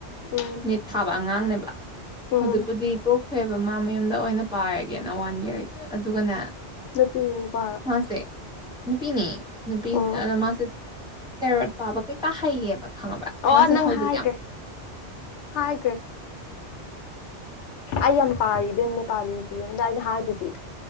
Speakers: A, on the left; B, in the centre.
A: ꯎꯝ
B: ꯅꯤꯠ ꯊꯥꯕ ꯑꯉꯥꯡꯅꯦꯕ ꯍꯧꯖꯤꯛꯄꯨꯗꯤ
A: ꯎꯝ
B: ꯍꯣꯏꯦꯕ ꯃꯥ ꯃꯌꯨꯝꯗ ꯑꯣꯏꯅ ꯄꯥꯏꯔꯒꯦꯅ ꯋꯥꯟ ꯏꯌꯥꯔ ꯑꯗꯨꯒꯅꯦ
A: ꯅꯨꯄꯤꯔꯣ ꯅꯨꯄꯥꯔꯣ
B: ꯃꯥꯁꯦ ꯅꯨꯄꯤꯅꯤ ꯅꯨꯄꯤ
A: ꯑꯣ
B: ꯑꯗ ꯃꯥꯁꯦ ꯇꯦꯔꯣꯠ ꯄꯥꯕ ꯀꯩꯀꯥ ꯍꯩꯌꯦꯕ ꯈꯪꯉꯕ꯭ꯔ
A: ꯑꯣ
B: ꯃꯥꯁꯦ
A: ꯅꯪ
B: ꯍꯧꯖꯤꯛ
A: ꯍꯥꯏꯈ꯭ꯔꯦ
B: ꯑꯃꯨꯛ
A: ꯍꯥꯏꯈ꯭ꯔꯦ ꯑꯩ ꯌꯥꯝ ꯄꯥꯕꯦꯝ ꯅꯦꯄꯥꯂꯤ ꯑꯗꯗꯥ ꯑꯩꯅ ꯍꯥꯏꯗꯨꯗꯤ